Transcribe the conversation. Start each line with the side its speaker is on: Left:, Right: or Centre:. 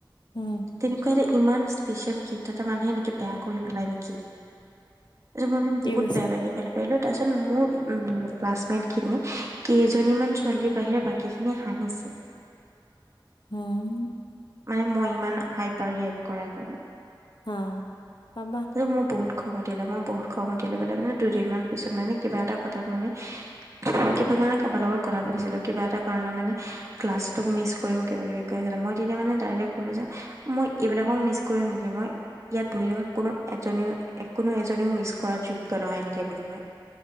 Left: উম
Right: তেনেকুৱা এটা ইমান স্পেচিয়েল গিফ্ট এটা মানুহে এনেকে বেয়া কৰি পেলাই নিকি। এইটো কাৰণে মই বহুত
Left: কৈছা?
Right: বেয়া বেয়াকে গালি পাৰিলো তাৰ পিছত মোৰ উম ক্লাছমেট খিনি কেইজনীমান ছোৱালীৰ বাহিৰে বাকী কেখিনি হাঁহিছে
Left: হম
Right: মানে মই ইমান হাইপাৰ ৰিয়েক্ট কৰাৰ কাৰণে
Left: অ তাপা
Right: যে মোৰ বহুত খং উঠিলে মই বহুত খং উঠিলে বোলে মানে দুদিন মান পিছত মানে কিবা এটা কথাত মানে কিবা কাৰণে কাবাৰ লগত কথা পাতিছিলো কিবা এটা কাৰণে মানে ক্লাছটো মিছ কৰিম কিবা কিবি কৈ আছিলে মই তেতিয়া মানে ডাইৰেক্ট কলো যে মই এইবিলাকক মিছ কৰিম নিকি মই ইয়াত বহি থকা কোনো এজনীও কোনো এজনীও মিছ কৰা যোগ্য নহয় এনেকে ক'লো মই।